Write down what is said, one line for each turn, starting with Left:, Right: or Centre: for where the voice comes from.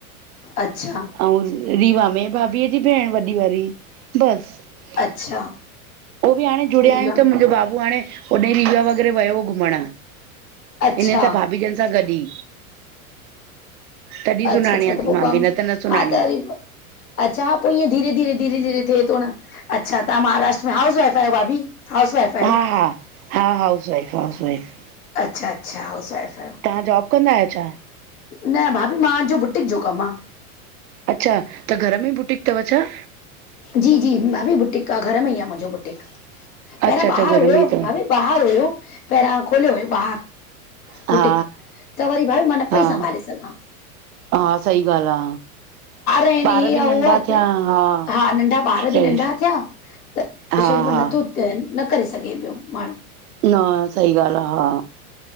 Left: अच्छा
Right: अंउं रीवा में भाभीअ जी भेण वॾी वारी, बसि।
Left: अच्छा
Right: उहो बि हाणे जुड़िया
Left: रीवाम
Right: आयूं त मुंहिंजो बाबू हाणे होॾै रीवा वग़ैरह वयो हो घुमणु
Left: अच्छा
Right: हिननि सां भाभीजनि सां गॾु ई। तॾहिं सुञाणियां
Left: अच्छा, अच्छा त
Right: थी
Left: पो
Right: मां
Left: पं
Right: बि न त न सुञाणी
Left: हा त वरि अच्छा हा पो ईअं धीरे-धीरे, धीरे-धीरे थे तो न। अच्छा, तां महाराष्ट्र में हाउस वाइफ आयो भाभी? हाउस वाइफ आहियो
Right: हा-हा, हा हाउस-वाइफ, हाउस-वाइफ
Left: अच्छा-अच्छा हाउस वाइफ आहियो।
Right: तां जॉब कंदा आहियो छा?
Left: न भाभी मां जो बुटीक जो कमु आ।
Right: अच्छा, त घर में ई बुटीक तव छा?
Left: जी-जी, भाभी बुटीक आ, घर में ई आ मुंहिंजो बुटीक। पैरां
Right: अच्छा अच्छा
Left: ॿाहरि
Right: घर
Left: हुयो,
Right: में ई अथव
Left: भाभी ॿाहरि हुयो पैरयां खोलियो हुयो ॿाहरि।
Right: हा
Left: बुटीक, त वरी भाई मां न
Right: हा
Left: पई
Right: हा
Left: संभाले सघां।
Right: हा, सही ॻाल्हि आ,
Left: आहिनि
Right: ॿार
Left: हे
Right: बि
Left: आहे
Right: नंढा
Left: हो आहे
Right: थिया,
Left: त
Right: हा।
Left: हा, नंढा ॿार
Right: सही
Left: बि नंढा थिया त
Right: हा
Left: शरीर मां
Right: हा
Left: नथो त, न करे सघे पियो माणू।
Right: न सही ॻाल् आ, हा